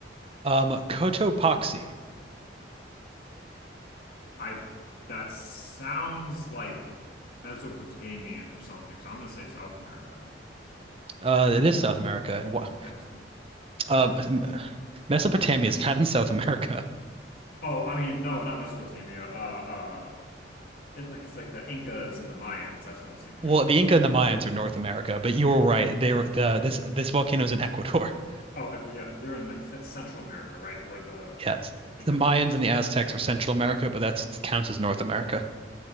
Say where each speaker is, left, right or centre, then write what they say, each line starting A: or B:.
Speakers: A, on the right; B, on the left.
A: Um, Cotopaxi.
B: I that sounds like Mesopotamian or something, so I'm gonna say South America.
A: Uh, it is South America. And what?
B: Excellent.
A: Um, Mesopotamia is not in South America.
B: Oh, I mean, no, not Mesopotamia. Uh, uh, it, like it's like the Incas and the Mayans. That's what I was thinking
A: Well,
B: of.
A: the Inca and the Mayans are North America, but you were right. They were the this this volcano is in Ecuador. <laughs>
B: Oh, like, yeah, they're in like that's Central America, right? Where the
A: Yes.
B: Inca
A: The Mayans
B: and Mayans.
A: and the Aztecs are Central America, but that counts as North America.